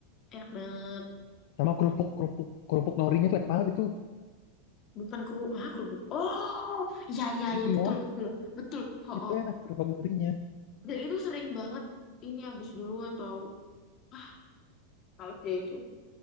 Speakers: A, on the left; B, on the left.
A: Enak banget.
B: Sama kerupuk, kerupuk, kerupuk norinya tuh enak banget itu.
A: Bukan kerupuk, ah kerupuk. Oh, iya iya
B: Iya,
A: iya betul betul betul. Oh,
B: itu enak kerupuk norinya.
A: Dan itu sering banget ini habis duluan tau. Ah, kalau dia itu.